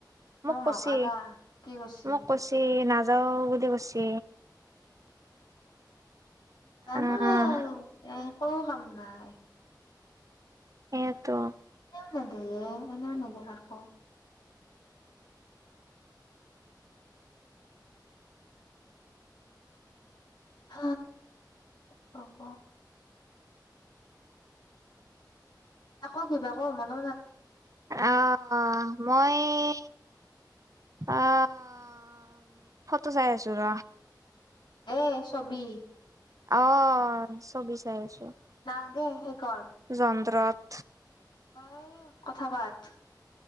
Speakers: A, on the right (about 45°); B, on the left (about 75°).
A: মোক কৈছি
B: নকালা কি কৈছে
A: মোক কৈছি নাজান নাযাওঁ বুলি কৈছি
B: জানো
A: আহ
B: এ একো কাম নাই
A: সেইটো
B: নিদিয়ে এনে নিদিয়ে কাকো হ, হ'ব আকৌ কিবা ক মানে
A: অহ মইয়ে আহ, ফটো চাই আছো ৰ
B: এ ছবি
A: অহ ছবি চাই আছো
B: নালগে কৰ
A: যন্তত
B: তই কথা পাত